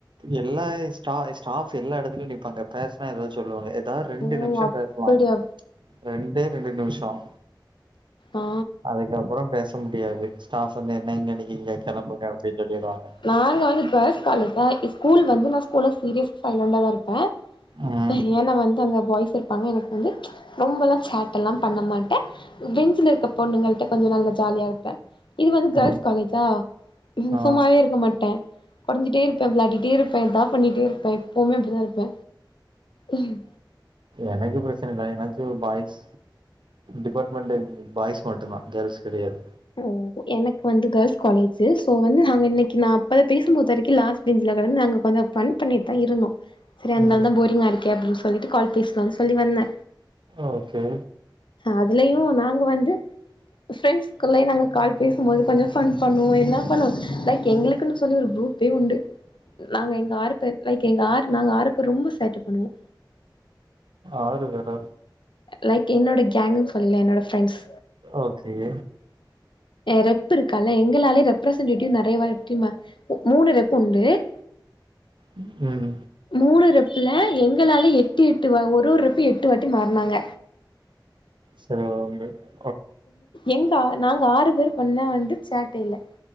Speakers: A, on the right (about 75°); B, on the left (about 85°).
A: எல்லா ஸ்டா ஸ்டாப் எல்லா எடத்துலயும் நிப்பாங்க பேசுனா ஏதாவது சொல்லுவாங்க அதான் ரெண்டு
B: ஓ
A: நிமிஷம்
B: அப்டியா
A: பேசலாம் ரெண்டே ரெண்டு நிமிஷம்
B: ஆ
A: அதுக்கப்புறம் பேச முடியாது ஸ்டாப் வந்து என்ன இங்க நிக்கிறீங்க கெளம்புங்க அப்படின் சொல்லிருவாங்க
B: நாங்க வந்து கேர்ள்ஸ் காலேஜ்ஜா ஸ்கூல் வந்து நா ஸ்கூல்ல சீரியஸ் சைலண்டா தா இருப்ப
A: ம்
B: ஏன்னா அங்க வந்து அங்க பாய்ஸ் இருப்பாங்க எனக்கு வந்து ரொம்பெல்லாம் சேட்ட எல்லாம் பண்ண மாட்ட பெஞ்சுல இருக்க பொண்ணுங்கள்ட்ட கொஞ்சம் நல்லா ஜாலியா இருப்ப இது வந்து கேர்ள்ஸ்
A: ம்
B: காலேஜா
A: ஆ
B: சும்மாவே இருக்க மாட் ட்ட கொடஞ்சிட்டே இருப்ப விளையாடிட்டே இருப்ப எதா பண்ணிட்டே இருப்ப எப்பவுமே அப்படிதான் இருப்ப உம்
A: எனக்கு பிரச்சன இல்ல எனக்கு பாய்ஸ் டிபார்ட்மெண்ட்டு பாய்ஸ் மட்டும்தான் கேர்ள்ஸ் கெடையாது
B: ஓ எனக்கு வந்து கேர்ள்ஸ் காலேஜ்ஜி சோ வந்து நாங்க இன்னைக்கு நா அப்பதே பேசும்போது வரைக்கும் லாஸ்ட் பெஞ்சுல உக்காந்து நாங்க கொஞ்சம் ஃபன் பண்ணிட்டு தா இருந்தோம் சரி அந்னாலதான்
A: ம்
B: போரிங்கா இருக்கே அப்படின்னு சொல்லிட்டு கால் பேசலான் சொல்லி வந்த
A: ஓகே
B: அதுலயும் நாங்க வந்து ஃப்ரெண்ட்ஸ் க்குள்ளயே நாங்க கால் பேசும்போது கொஞ்சம் ஃபன் பண்ணுவோம் எல்லாம் பண்ணுவோம் லைக் எங்களுக்குன் சொல்லி ஒரு குரூப்பே உண்டு நாங்க எங்க ஆரு பேரு லைக் எங்க ஆரு நாங்க ஆறு பேர் ரொம்ப சேட்டு பண்ணுவோ
A: ஆரு பேற
B: லைக் என்னோட கேங்கன்னு சொல்லிலே என்னோட ஃப்ரெண்ட்ஸ்
A: ஓகே
B: ரெப் இருக்கால்ல எங்களாலயே ரெப்ரசன்டேட்டிவ் நெறைய வாட்டி மூணு ரெப் உண்டு <inaudible>
A: ம்
B: மூணு ரெப்ல்ல எங்களால எட்டு எட்டு வா ஒரோ ஒரு ரப்ப எட்டு வாட்டி மாறினாங்க
A: சேரி ஓங்க
B: எங்க நாங்க ஆறு பேர் பண்ண வந்து சேட்டையில